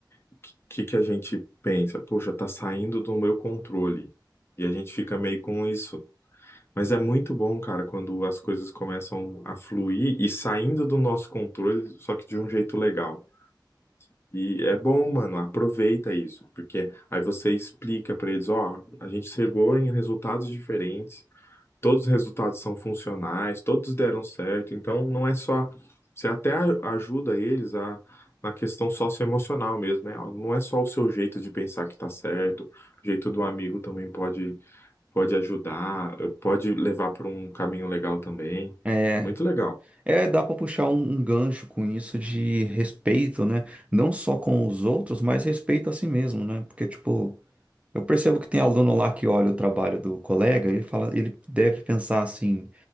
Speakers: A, on the left; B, on the right.
A: o que que a gente pensa? Poxa, tá saindo do meu controle. E a gente fica meio com isso. Mas é muito bom, cara, quando as coisas começam a fluir e saindo do nosso controle, só que de um jeito legal. E é bom, mano, aproveita isso, porque aí você explica pra eles, ó, a gente chegou em resultados diferentes, todos os resultados são funcionais, todos deram certo, então não é só, você até a- ajuda eles a na questão socioemocional mesmo, né? Ó, Não é só o seu jeito de pensar que tá certo, o jeito do amigo também pode pode ajudar, pode levar para um caminho legal também.
B: É,
A: Muito legal.
B: é dá pra puxar um, um gancho com isso de respeito, né? Não só com os outros, mas respeito a si mesmo, né? Porque, tipo, eu percebo que tem aluno lá que olha o trabalho do colega, ele fala, ele deve pensar assim,